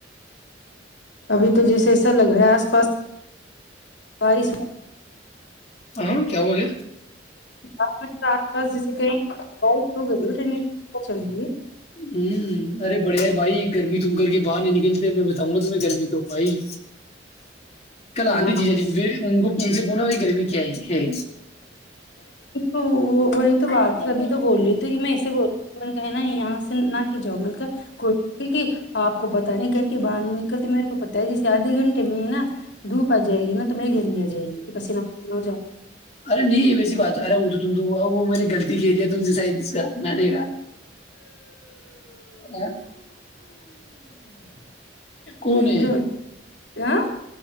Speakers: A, on the left (about 65°); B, on the left (about 35°).
A: ابھی تو جیسے ایسا لگ رہا ہے آس پاس بارش
B: ہاں کیا ہو گیا
A: م آس پاس جیسے کہیں بارش ہو گئی پ چل گی ہے
B: ہوں ارے بڑے ہے بھائی گرمی تم کر کے باہر نہیں نکلتے میں بتاؤں گا تمہیں گرمی تو بھائی
A: ہے
B: کل آندھی
A: ہاں
B: جی جا جی ان کو ان سے ہونا وہی گرمی کیا ہے ہے
A: او وہی تو بات ابھی تو بول رہی تھی میں اسے بول رہی ہوں میں نے کہا نا یہاں سے نہ کہ جاب منٹ کا کوئی اپ کو پتہ نہیں گھر کے باہر نہیں نکلتی میرے کو پتہ ہے جیسے ادھے گھنٹے میں نا دھوپ ا جائے گی نا تو میں گرمی ا جائے گی میں پسینہ پسینہ ہو جاؤ گی
B: ارے نہیں ویسی بات ارا وہ تو تم تو ا وہ میں نے غلطی کہ دیا تم سے سا اس کا نہ دیکھا ہاں کون
A: ہو
B: ہے
A: جو ہاں